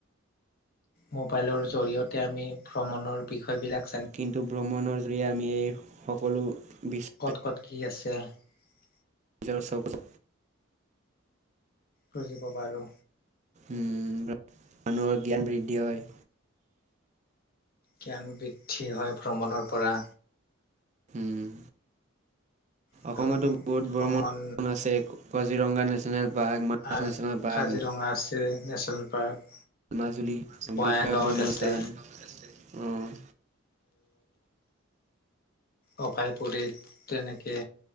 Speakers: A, on the left; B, on the right.
A: মোবাইলৰ জৰিয়তে আমি ভ্ৰমণৰ বিষয় বিলাক
B: কিন্তু ভ্ৰমণৰ জৰিয়ে আমি এই সকলো বিচ
A: ক'ত ক'ত <unintelligible>
B: নিজৰ চখ <unintelligible>
A: বুজি পাবা আৰু
B: উম মানুহৰ জ্ঞান বৃদ্ধি হয়
A: জ্ঞান বৃদ্ধি হয় ভ্ৰমণৰ পৰা
B: উম'
A: আৰু
B: অসমতো বহুত
A: ভ্ৰমণ
B: ভ্ৰমন আছে। কাজিৰংগা নেশ্যনেল পাৰ্ক মানাস
A: আৰু
B: নেশ্যনেল পাৰ্ক
A: কাজিৰঙা আছে নেচাৰেল পাৰ্ক।
B: মাজুলী
A: বঙাইগাঁৱত
B: বিখ্যাত ব্ৰহ্মস্থান
A: আছে
B: অহ',
A: অভায়পুৰীত তেনেকে